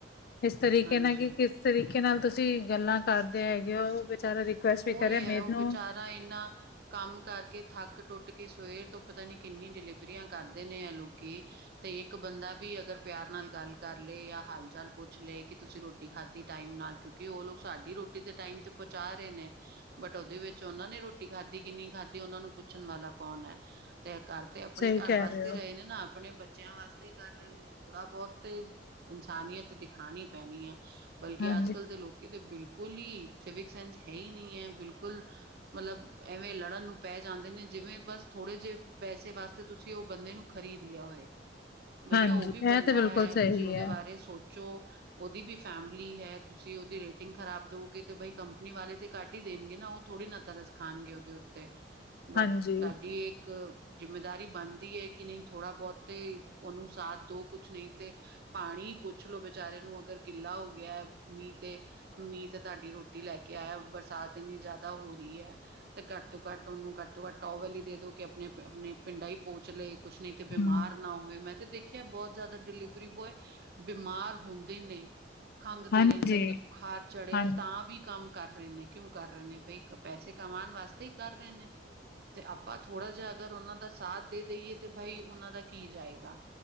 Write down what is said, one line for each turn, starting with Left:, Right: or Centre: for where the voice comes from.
Left: ਇਸ ਤਰੀਕੇ
Right: ਹਾਂਜੀ
Left: ਨਾਲ ਕਿ ਕਿਸ ਤਰੀਕੇ ਨਾਲ ਤੁਸੀਂ ਗੱਲਾਂ ਕਰਦੇ ਹੈਗੇ ਹੋ ਉਹ ਵਿਚਾਰਾ ਰਿਕੁਐਸਟ ਵੀ
Right: ਉਹੀ
Left: ਕਰਿਆ
Right: ਹੈ
Left: ਮੇਨੂੰ
Right: ਉਹ ਬੇਚਾਰਾ ਇੰਨਾ ਕੰਮ ਕਰਕੇ ਥੱਕ ਟੁੱਟ ਕੇ ਸਵੇਰ ਤੋਂ ਪਤਾ ਨੀ ਕਿੰਨੀ ਡਿਲੀਵਰੀਆਂ ਕਰਦੇ ਨੇ ਆ ਲੋਕੀ ਤੇ ਇੱਕ ਬੰਦਾ ਵੀ ਅਗਰ ਪਿਆਰ ਨਾਲ ਗੱਲ ਕਰ ਲਏ ਜਾਂ ਹਾਲ ਚਾਲ ਪੁੱਛ ਲਏ ਕਿ ਤੁਸੀਂ ਰੋਟੀ ਰੋਟੀ ਖਾਧੀ ਟਾਈਮ ਨਾਲ ਕਿਉਂਕਿ ਉਹ ਲੋਕ ਸਾਡੀ ਰੋਟੀ ਦੇ ਟਾਈਮ ਤੇ ਪਹੁੰਚਾ ਰਹੇ ਨੇ ਬਟ ਉਹਦੇ ਵਿੱਚ, ਉਹਨਾਂ ਨੇ ਰੋਟੀ ਖਾਧੀ ਕਿ ਨਹੀਂ, ਖਾਧੀ ਉਹਨਾਂ ਨੂੰ ਪੁੱਛਣ ਵਾਲਾ ਕੌਣ ਹੈ। ਤੇ ਕਰ ਤੇ ਆਪਣੇ
Left: ਸਹੀ
Right: ਘਰ
Left: ਕਹਿ
Right: ਵਾਸਤੇ
Left: ਹੋ
Right: ਰਹੇ ਨੇ ਨਾ, ਆਪਣੇੇ- ਬੱਚਿਆਂ ਵਾਸਤੇ ਹੀ ਕਰ ਰਹੇ ਨੇ। ਥੋੜਾ ਬਹੁਤ ਤੇ ਇਨਸਾਨੀਅਤ ਦਿਖਾਣੀ ਪੈਣੀ ਹੈ। ਬਲਕਿ
Left: ਹਾਂਜੀ
Right: ਅੱਜ ਕੱਲ ਦੇ ਲੋਕੀ ਤੇ ਬਿਲਕੁਲ ਹੀ, ਸਿਵਿਕ ਸੈਂਸ ਹੈ ਹੀ ਨਹੀਂ ਹੈ। ਬਿਲਕੁਲ, ਮਤਲਬ ਐਵੇਂ ਲੜਨ ਨੂੰ ਪੈ ਜਾਂਦੇ ਨੇ, ਜਿਵੇਂ ਬਸ ਥੋੜੇ ਜਿਹੇ ਪੈਸੇ, ਵਾਸਤੇ- ਤੇ ਤੁਸੀਂ ਉਹ ਬੰਦੇ ਨੂੰ ਖ਼ਰੀਦ ਲਿਆ ਹੋਏ। ਬਈਆ
Left: ਹਾਂਜੀ
Right: ਉਹ ਵੀ ਬੰਦਾ
Left: ਇਹ ਤੇ ਬਿਲਕੁਲ
Right: ਹੈ।
Left: ਸਹੀ
Right: ਤੁਸੀਂ ਉਹਦੇ
Left: ਹੈ
Right: ਬਾਰੇ ਸੋਚ- ੋ ਉਹਦੀ ਵੀ ਫੈਮਲੀ ਹੈ। ਤੁਸੀਂ ਉਹਦੀ ਰੇਟਿੰਗ ਖ਼ਰਾਬ ਦਓਗੇ ਤੇ, ਬਾਈ ਕੰਪਨੀ ਵਾਲੇ ਤੇ- ਕੱਢ ਹੀ ਦੇਣਗੇ ਨਾ। ਉਹ ਥੋੜੀ ਨਾ ਤਰਸ ਖਾਣਗੇ ਉਹਦੇ ਉੱਤੇ। ਬਟ
Left: ਹਾਂਜੀ
Right: ਤੁਹਾਡੀ ਇੱਕ, ਜਿੰਮੇਦਾਰੀ ਬਣਦੀ ਹੈ। ਕਿ ਨਹੀਂ ਥੋੜਾ ਬਹੁਤ ਤੇ ਉਹਨੂੰ ਸਾਥ ਦੋ, ਕੁਛ ਨਹੀਂ ਤੇ, ਪਾਣੀ ਪੁੱਛ ਲੋੋ ਬੇਚਾਰੇ ਨੂੰ, ਅਗਰ ਗਿੱਲਾ ਹੋ ਗਿਆ। ਮੀਂਹ- ਤੇ ਮੀਂਹ ਤੇ ਤੁਹਾਡੀ ਰੋਟੀ ਲੈ ਕੇ ਆਇਆ। ਬ- ਬਰਸਾਤ ਇੰਨੀ ਜ਼ਿਆਦਾ ਹੋ ਰਹੀ ਹੈ। ਤੇ ਘੱਟ ਤੋਂ ਘੱਟ ਉਹਨੂੰ ਘੱਟ ਤੋਂ ਘੱਟ ਟੋਵਲ ਹੀ ਦੇ ਦੋ। ਕੇ ਆਪਣੇ, ਆਪਣੇ ਪਿੰਡਾਂ ਹੀ ਪੋਚ ਲਏ। ਕੁਛ ਨਹੀਂ ਤੇ, ਬਿਮਾਰ
Left: ਹਮ
Right: ਨਾ ਹੋਏ ਮੈਂ ਤੇ ਦੇਖ। ਖਿਆ ਬਹੁਤ ਜ਼ਿਆਦਾ ਡਿਲੀਵਰੀ ਬੋਆਏ ਬਿਮਾਰ ਹੁੰਦੇ ਨੇ। ਖੰਘਦੇ
Left: ਹਾਂਜੀ
Right: ਰਹਿੰਦੇ ਨੇ, ਬੁਖਾਰ ਚੜੇਆ
Left: ਹਾਂਜੀ
Right: ਤਾਂ ਵੀ ਕੰਮ ਕਰ ਰਹੇ ਨੇ। ਕਿਉਂ ਕਰ ਰਹੇ ਨੇ ਬਈ, ਪੈਸੇ ਕਮਾਉਣ ਵਾਸਤੇ ਹੀ ਕਰ ਰਹੇ ਨੇ। ਤੇ ਆਪਾਂ ਥੋੜਾ ਜਿਹਾ ਅਗਰ ਉਹਨਾਂ ਦਾ ਸਾਥ ਦੇ ਦੇਈਏ ਤੇ, ਬਾਈ ਉਹਨਾਂ ਦਾ ਕੀ ਜਾਏਗਾ।